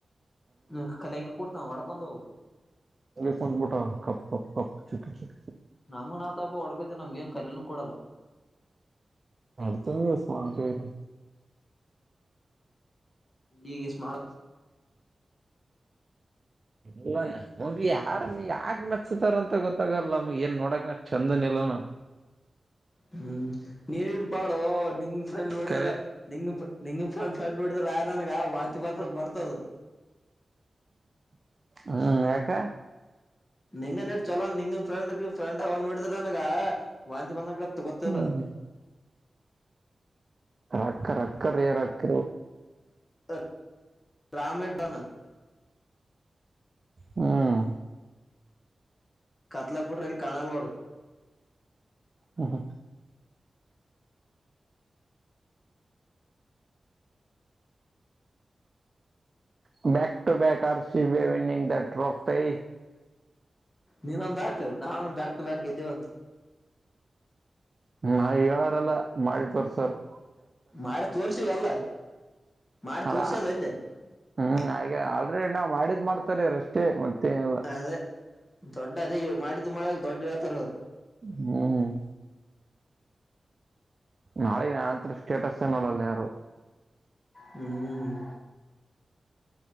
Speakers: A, on the left; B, on the right.
A: ಹ್ಮ ಕಲ್ಂಗ ಕೊಡ್ತ ಒಡಕ್ಕೊಂತವು
B: ಒಂದು ಮೋಟ ಕ ಕಪ್ ಕಪ್ ಚುಕಿ ಚ
A: ನಮ್ಮು ನಾ ತ ಅಬ್ ಒ ಆತ್ತ ನಮ್ಗೆ ನ್ ಕಲ್ನ ಕೊಡಲ್ಲ
B: ಅಡ್ತ ದಸ ಆರು
A: ಈಗ ಸ್ಮಾರ
B: ಲ್ಲ <unintelligible> ಹೋಗಿ ಯಾರ ಯಾಕ ಮೆಚ್ಚತಾರಂತ ಗೊತ್ತಾಗಲ್ಲ ಏನ್ ನೋಡಕ್ ನ ಚಂದ ಇಲ್ ನಾವು
A: ಹ್ಮ್ ನೀನ್ ಇಡ್ಬಾಡ ನಿಂಗ್ ಫ್ರೆಂಡ್ ನೋಡಿದ್ರ
B: ಕರೆ
A: ನಿಂಗ್ ನಿಂಗ ಫನ್ ಫಂಡ ನೋಡಿದ್ರ ಯ ನನ್ಗ ವಾಂತಿ ಬರ್ತದ
B: ಹ್ಮ್ ಯಾಕ
A: ನಿಂಗ ನಟ್ ಚಲೋ ನಿಂಗ ಫ್ರೆಂಡ್ಗ್ ಫ್ರೆಂಡ್ ಅವ್ನ ನೋಡಿದ್ರ ವಂತಿ ಬಂದನಾಗೈತೆ ಮತ್ತ್ ಗೊತ್ತಿಲ್ಲ್
B: ಹ್ಮ್
A: <unintelligible>
B: ರಕ್ಕ ರಕ್ಕ ರೇ ರಕ್ಕ
A: <unintelligible> ರಾಮೇ ಡಣ <unintelligible>
B: ಹ್ಮ್
A: ಕತ್ಲಳಿಬಿಟ್ರಾ ಎಲ್ಲಿ ಕಾಣಾಲ್ನೋಡು
B: ಹ್ಮ್ ಹ್ಮ back to back R C B winning the trophy
A: ನೀನೊಂದಾಕ್ ನಾನು ಬ್ಯಾಕ್ ಟು ಬ್ಯಾಕ್ ಗೆದ್ದುವ ಅಂತ
B: ನಾ ಹೇಳಾರಲ್ಲ ಮಾಡಿ ತೋರ್ಸೋವ್ರು
A: ಮಾಡಿ ತೋರ್ಸಿವಲ್ಲ ಮಾಡಿ
B: ಅದ
A: ತೋರ್ಸದಂದೆ
B: ಹ್ಮ್ ಹಾಗ ಆಲ್ರೆಡಿ ನಾವ್ ಮಾಡಿದ್ ಮಾಡ್ತಾರ ಅಷ್ಟೇ ಮತ್ತೇನಿಲ್ಲ
A: ಅದೇ ದೊಡ್ಡ ಅದ ಮಾಡಡಿ ತ ಮಾಡ ದೊಡ್ಡ ವ್ಯಾತಾರ ಅವ <inaudible>
B: ಹ್ಮ್ ನಾಳೆ ನಾನತ್ರ ಸ್ಟೇಟಸ್ ನೋಡಲ್ಲ ಯಾರು
A: ಹ್ಮ್